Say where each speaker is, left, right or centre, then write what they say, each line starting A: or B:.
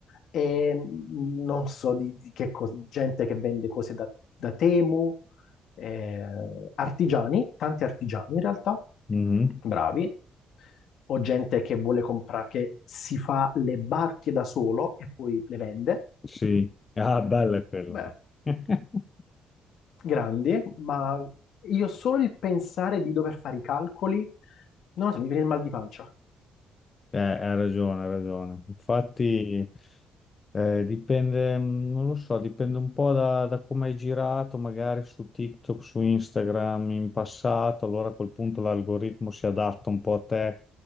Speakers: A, on the left; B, on the left.
A: e mh, non so di, di che cosa, gente che vende cose da, da Temu, eh, artigiani, tanti artigiani in realtà,
B: Mhm.
A: bravi, o gente che vuole comprare, che si fa le barche da solo e poi le vende,
B: Sì. Ah, bella è quella.
A: Beh,
B: <laughs>
A: grandi, ma io solo il pensare di dover fare i calcoli, non lo so, mi viene il mal di pancia.
B: Eh, hai ragione, hai ragione. Infatti, eh, dipende, mm, non lo so, dipende un po' da, da come hai girato, magari su TikTok, su Instagram in passato, allora a quel punto l'algoritmo si adatta un po' a te,